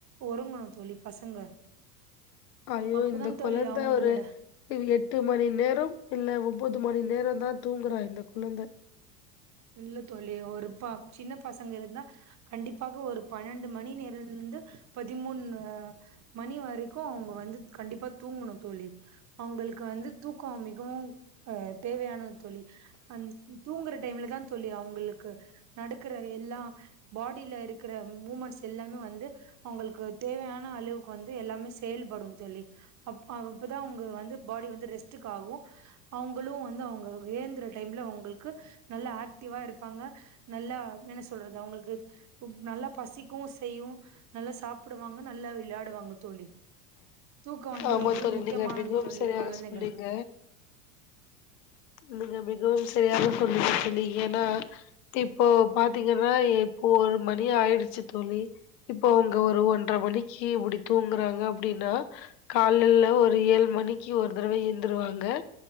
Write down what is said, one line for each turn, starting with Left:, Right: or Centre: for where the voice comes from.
Right: ஒரங்கணு தோழி பசங்க
Left: ஐயோ
Right: அப்போதா
Left: இந்த கொழந்த
Right: தோழி அவங்களோட
Left: ஒரு இவ் எட்டு மணி நேரோம் இல்ல ஒம்போது மணி நேரோ தா தூங்குறா இந்த கொழந்த
Right: இல்ல தோழி ஒரு ப சின்ன பசங்க இருந்தா கண்டிப்பாக ஒரு பன்னெண்டு மணி நேரலிருந்து பதிமூணு மணி வரைக்கு அவங்க வந்து கண்டிப்பா தூங்கணு தோழி அவங்களுக்கு வந்து தூக்கோ மிகவும் அ தேவையானது தோழி அந் தூங்குற டைம்லதா தோழி அவங்களுக்கு நடக்கற எல்லா பாடியில இருக்குற மூமெண்ட்ஸ் எல்லாம வந்து அவங்களுக்கு தேவையான அளவுக்கு வந்து எல்லாமே செயல்படும் தோழி அப்பவ் அப்பதா அவங்க வந்து பாடி வந்து ரெஸ்ட்டுக்கு ஆகு அவங்களு வந்து அவங்க ஏந்துற டைம்ல அவங்களுக்கு நல்லா ஆக்டிவா இருப்பாங்க நல்லா என்ன சொல்றது அவங்களுக்கு ம் நல்லா பசிக்கு செய்யு நல்லா சாப்புடுவாங்க நல்லா விளையாடுவாங்க தோழி தூக்கோ வந்து
Left: ஆமா
Right: ரொம்பவே
Left: தோழி
Right: முக்கியமானது
Left: நீங்க மிகவும்
Right: தோழி
Left: சரியாக
Right: கொழந்தைங்களுக்கு
Left: சொன்னீங்க நீங்க மிகவும் ஸ் சரியாக சொன்னீங்க தோழி ஏன்னா இப்போ பாத் தீங்கனா இப்போ ஒரு மணி ஆயிடுச் ச்சு தோழி இப்போ அவ்ங்க ஒரு ஒன்ற மணிக்கி இப்புடி தூங்குறாங்க அப்புடின்னா காலல்ல ஒரு ஏழு மணிக்கி ஒரு தடவ எந்துருவாங்க